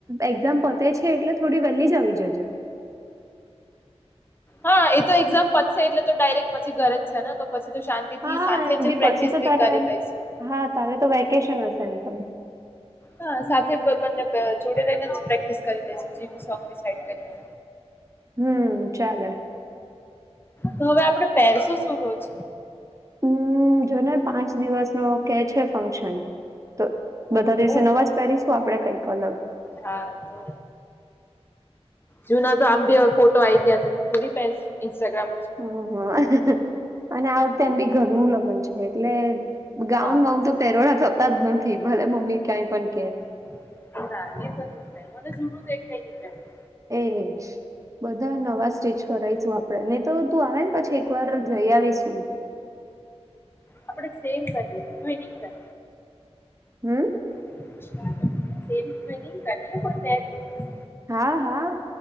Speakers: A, on the right; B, on the left.
A: એક્ઝામ પતે છે એટલે થોડી વહેલી જ આવી જજે.
B: હા એ તો એક્ઝામ પતશે એટલે તો ડાયરેક્ટ પછી ઘર જ છે ને તો પછી તો શાંત તેથી
A: હા
B: સાથે
A: એમ
B: જ
A: બી
B: પ્રેક્ટિસ
A: પછી તો
B: ભી
A: તારે
B: કરી લઈશું.
A: હા તારે તો વેકેશન હશે એમ પણ
B: હા સાથે બને જોડે લઈને જ પ્રેક્ટિસ કરી લઈશું જી સોંગિડ કરી.
A: હમ્મ ચાલે.
B: તો હવે આપડે પહેરશું શું રોજ?
A: હમ્મ જોને પાંચ દિવસ નો કે છે ફંક્શન તો બધા દિવસે
B: ઓ
A: નવાજ પહેરીશું આપડે કઈક અલગ.
B: હા તો. જુના તો આમ બી હવે ફોટો આઈ ગયા છે થોડી પહે ઇન્સ્ટાગ્રામ.
A: હમ્મ હા અને આવતે એમ બી ઘરનું લગ્ન છે એટલે ગાઉન
B: હા
A: વાઉન તો પહેરોડા થતા જ નથી ભલે મમ્મી ક્યાંય પણ કે
B: <unintelligible>
A: એજ બધા નવા સ્ટેચ કરાઈશું આપડેને તો તું આવેને પછી એક વાર જઈ આવીશું.
B: આપણે સેમ <inaudible>
A: હમ્મ
B: <inaudible>
A: હા, હા.